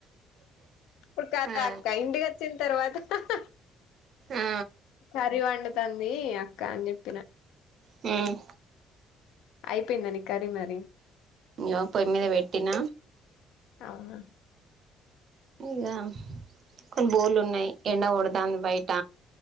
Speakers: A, on the left; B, on the right.
A: ఇప్పుడు కదా
B: ఆ
A: ఇంటికొచ్చినా తర్వాత హా హా
B: ఆ
A: కరి వండు తందీ కాని జెప్పిన
B: హ్మ్మ్
A: అయిపోయిందండి కరీ మరీ
B: నో పోయి మీద పెట్టిన
A: అవునా
B: ఇక కొన్ని బోర్లు ఉన్నాయి ఎండ కొడతాంది బయట